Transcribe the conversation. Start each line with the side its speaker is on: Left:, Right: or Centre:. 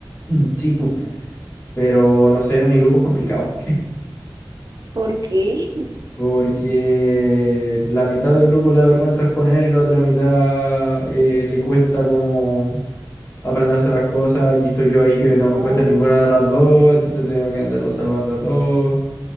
Left: Mm, Sí, pu. Pero no sé, mi grupo es complicado.
Right: ¿Por qué? <laughs>
Left: Porque la mitad del grupo le da vergüenza exponer y la otra mitad eh, le cuesta como aprenderse las cosas. Y estoy yo ahí que
Right: Bu.
Left: no me cuesta ninguna de las dos, entonces tengo que andarlo salvando a todos.